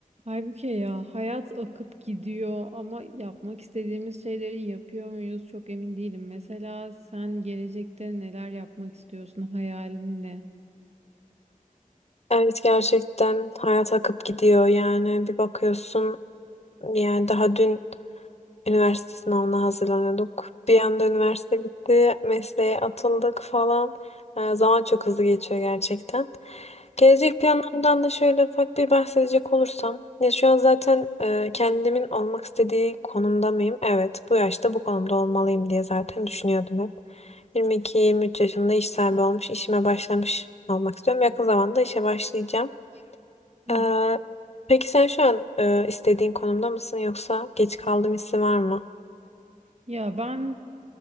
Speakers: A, on the right; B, on the left.
A: Halbuki ya hayat akıp gidiyor ama yapmak istediğimiz şeyleri yapıyor muyuz çok emin değilim. Mesela sen gelecekte neler yapmak istiyorsun? Hayalin ne?
B: Evet gerçekten hayat akıp gidiyor yani bir bakıyorsun yani daha dün üniversite sınavına hazırlanıyorduk. Bir anda üniversite bitti, mesleğe atıldık falan. Ee, zaman çok hızlı geçiyor gerçekten. Gelecek planlarımdan da şöyle ufak bir bahsedecek olursam. Ya şu an zaten e, kendimin olmak istediği konumda mıyım? Evet bu yaşta bu konumda olmalıyım diye zaten düşünüyordum hep. 22-23 yaşında iş sahibi olmuş, işime başlamış olmak istiyorum. Yakın zamanda işe başlayacağım.
A: Hı.
B: Ee, peki sen şu an e, istediğin konumda mısın yoksa geç kaldım hissi var mı?
A: Ya ben